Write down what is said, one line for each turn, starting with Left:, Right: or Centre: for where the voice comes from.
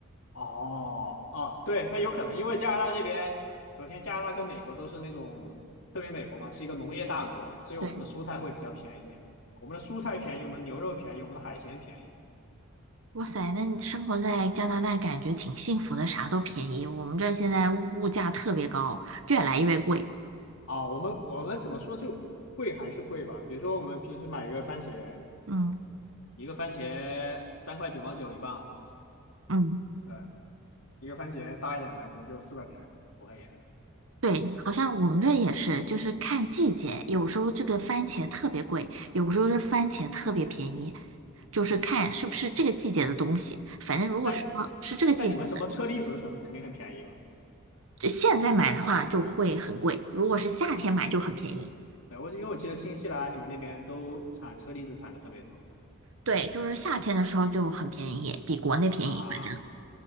Left: 哦，啊，对，那有可能，因为加拿大这边，首先加拿大跟美国都是那种，特别美国嘛，是一个农业大国，所以我们的蔬菜会比较便宜，
Right: 对。
Left: 我们的蔬菜便宜，我们的牛肉便宜，我们的海鲜便宜。
Right: 哇塞，那你生活在加拿大感觉挺幸福的，啥都便宜。我们这儿现在物价特别高，越来越贵。
Left: 啊，我们我们怎么说就贵还是贵吧？比如说我们平时买一个番茄，
Right: 嗯
Left: 一个番茄三块九毛九一磅，
Right: 嗯，
Left: 对，一个番茄大一点的可能就四块钱、五块钱。
Right: 对，好像我们这也是，就是看季节，有时候这个番茄特别贵，有时候这番茄特别便宜，就是看是不是这个季节的东西。
Left: 嗯
Right: 反正如果说是这个季节的，
Left: 那你那你们什么车厘子可能肯定很便宜嘛？
Right: 就现在买的话就会很贵，如果是夏天买就很便宜。
Left: 对，我因为我记得新西兰你们那边都产车厘子产的特别多。
Right: 对，就是夏天的时候就很便宜，比国内便宜，
Left: 啊，
Right: 反正。